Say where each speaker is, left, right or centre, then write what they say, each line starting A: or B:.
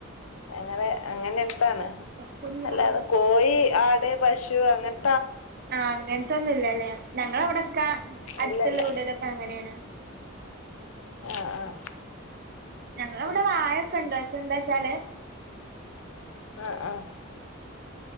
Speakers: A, on the left (about 85°); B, on the right (about 45°).
A: അങ്ങനെ അങ്ങനെ എനത്താണ്
B: ഇതാ പൊന്നു
A: അല്ലാതെ
B: പറയല്
A: കോഴി, ആട്, പശു, അങ്ങനെ
B: ആഹ അങ്ങനത്തൊന്നുമല്ലല്ലേ. ഞങ്ങളവിടെക്കെ അടുത്തുള്ള
A: ഇല്ലല്ല
B: വീടിലൊക്കെ അങ്ങനെയാണ്.
A: ആഹ ആഹ
B: ഞങ്ങളവിടെ വായൊക്കെ ഉണ്ട്. പക്ഷെ എന്താ ച്ചാല്
A: ആഹ ആഹ